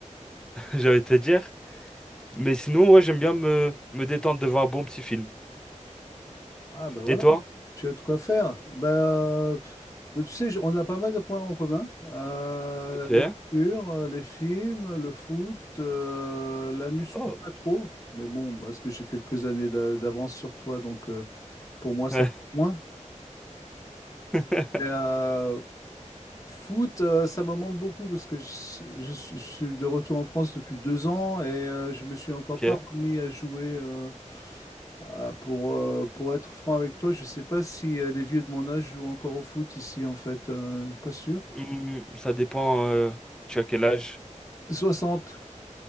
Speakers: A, in the centre; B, on the left.
A: <laughs> j'allais te dire. Mais sinon, ouais, j'aime bien me, me détendre devant un bon petit film.
B: Ah ben voilà,
A: Et toi?
B: tu as de quoi faire. Ben, euh, mais tu sais, j- on a pas mal de points en commun. Euh,
A: Ok.
B: la lecture, euh, les films, le foot, euh, la muscu,
A: Oh.
B: pas trop. Mais bon, parce que j'ai quelques années d'a- d'avance sur toi, donc euh, pour moi, ça
A: Ouais.
B: compte moins.
A: <laughs>
B: Et, euh, Foot, euh, ça me manque beaucoup parce que je, je suis je suis de retour en France depuis deux ans et euh, je me suis encore
A: Ok.
B: pas remis à jouer. euh, à- pour, euh, pour être franc avec toi, je sais pas si euh, les vieux de mon âge jouent encore au foot ici en fait. euh, je suis pas sûr.
A: Hmm, ça dépend. euh, tu as quel âge?
B: Soixante.